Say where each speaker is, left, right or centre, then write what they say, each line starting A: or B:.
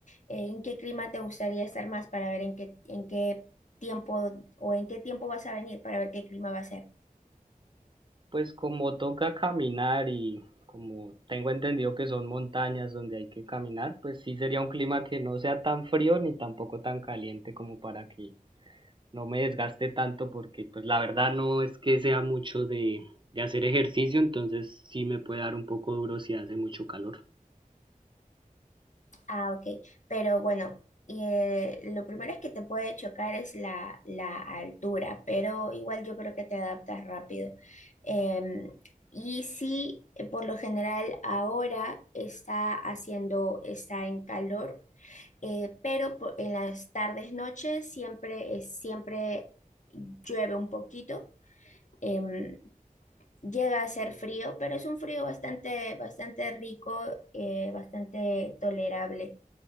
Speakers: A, on the left; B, on the right.
A: eh, ¿En qué clima te gustaría estar más para ver en qué, en qué tiempo o en qué tiempo vas a venir para ver qué clima va a ser?
B: Pues como toca caminar y como tengo entendido que son montañas donde hay que caminar, pues sí sería un clima que no sea tan frío ni tampoco tan caliente como para que no me desgaste tanto porque pues la verdad no es que sea mucho de, de hacer ejercicio, entonces sí me puede dar un poco duro si hace mucho calor.
A: Ah, ok. Pero bueno, eh, lo primero es que te puede chocar es la, la altura, pero igual yo creo que te adaptas rápido. Em, y sí, eh, por lo general ahora está haciendo, está en calor, eh, pero por- en las tardes, noches siempre, es- siempre llueve un poquito. Em, llega a ser frío, pero es un frío bastante, bastante rico, eh, bastante tolerable.